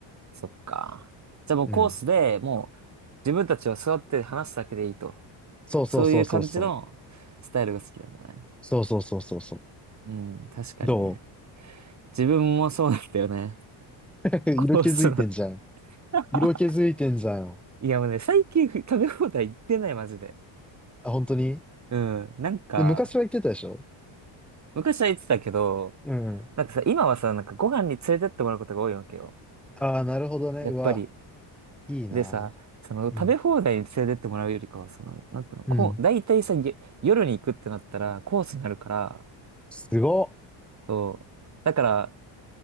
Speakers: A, on the right; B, in the centre.
A: そっか。じゃあもうコースでもう自分たちは座って話すだけでいいと。
B: うん。そうそうそうそうそう。
A: そういう感じのスタイルが好きなんだね。
B: そうそうそうそうそう。
A: うん、確かにね。
B: ど
A: 自分もそうなんだよね。
B: う
A: コースだって。
B: <laughs> 色気づいてんじゃん。
A: <laughs>
B: 色気づいてんじゃんよ。
A: いやもうね、最近食べ放題行ってない、マジで。
B: あ、本当に
A: うん、なんか、
B: で、昔は言ってたでしょ
A: 昔は行ってたけど、
B: うんうん。
A: なんかさ、今はさ、なんかご飯に連れてってもらうことが多いわけよ。
B: ああ、なるほどね。
A: やっぱり。
B: うわ、いいな。
A: でさ、その食べ放題に連れてってもらうよりかは、
B: うん。
A: その、なんていうの、こう、
B: うん。
A: 大体さ、げ夜に行くってなったらコースになるから、
B: すごっ。
A: そう。だから、